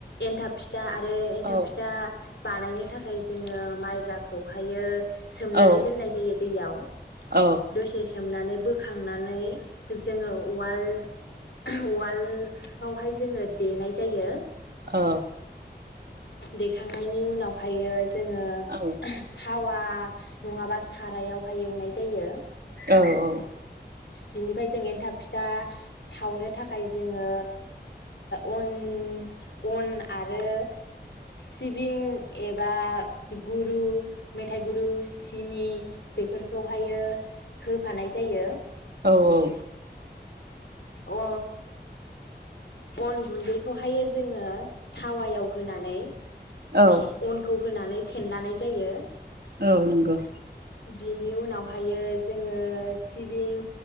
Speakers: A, on the left; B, on the right.
A: एन्थाब फिथ था आरो एन्थाब
B: औ
A: फिथा बानायनो थाखाय जोङो माइब्राखौहायो सोमनानै
B: औ
A: दोननाय जायो। दैयाव।
B: औ
A: दसे सोमनानानै बोखांनानै जोङो उवाल उवालयावहाय जोङो देनाय जायो।
B: ओ
A: देखांनायनि उनावहायो जोङो
B: औ
A: थावा नङाबा सारायावहाय एवनाय जायो।
B: औ औ।
A: बिनिफाय जों एन्थाब फिथा सावनो थाखाय जोङो ओ अन अन आर आरो सिबिं एबा गुरु मेथाइ गुरु सिनि बेफोरखौहायो होफानाय जायो।
B: औ औ।
A: अ अन गुन्दैखौहायो जोंङो थावायाव होनानै
B: औ
A: फे अनखौ होनानै फेेन लानाय जायो।
B: औ नंगौ
A: बिनि उनावहायो जोंङो सिबिं